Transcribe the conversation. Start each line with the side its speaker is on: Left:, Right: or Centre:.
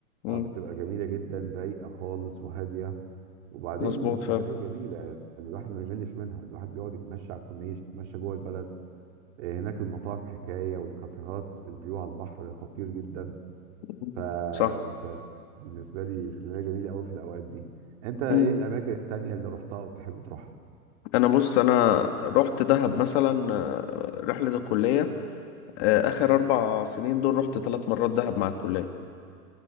Left: إمم.
Right: آه، بتبقى جميلة جدا رايقة خالص وهادية وبعدين
Left: مظبوط
Right: اسكندرية
Left: فعلا
Right: جميلة يعني الواحد ما يملش منها الواحد بيقعد يتمشى على الكورنيش يتمشى جوه البلد آه، هناك المطاعم حكاية والكافيهات الفيو على البحر خطير جدا
Left: مم.
Right: ف...
Left: صح
Right: ف بالنسبة لي اسكندرية جميلة أوي في الأوقات دي أنت إيه
Left: مم.
Right: الأماكن التانية اللي رحتها وتحب تروحها؟
Left: انا بص انا رحت دهب مثلا آه، رحلة الكلية آه، اخر اربع سنين دول رحت ثلاث مرات دهب مع الكلية